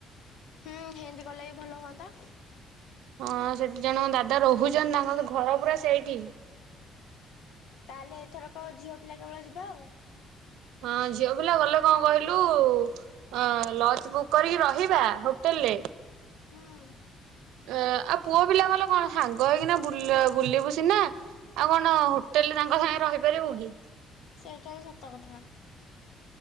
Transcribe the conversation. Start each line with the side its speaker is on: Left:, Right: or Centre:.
Left: ହେଁ ହେମିତି କଲେ ବି ଭଲ ହୁଅନ୍ତା।
Right: ହଁ ସେଠି ଜଣେ ମୋ ଦାଦା ରହୁଛନ୍ତି ତାଙ୍କର ଘର ପୁରା ସେଇଠି।
Left: ତାହେଲେ ଏଥରକ ଝିଅ ପିଲା କେବଳ ଯିବା ଆଉ।
Right: ହଁ ଝିଅ ପିଲା ଗଲେ କଣ କହିଲୁ ଅ ଲଜ ବୁକ୍ କରିକି ରହିବା ହୋଟେଲରେ
Left: ହୁଁ।
Right: ଏଁ ଆଉ ପୁଅ ପିଲା ଗଲେ କଣ ସାଙ୍ଗ ହେଇକିନା ବୁଲା ବୁଲିବୁ ସିନା ଆଉ କଣ ହୋଟେଲ୍ ରେ ତାଙ୍କ ସାଙ୍ଗେ ରହିପାରିବୁ କି।
Left: ସେଇଟା ବି ସତ କଥା।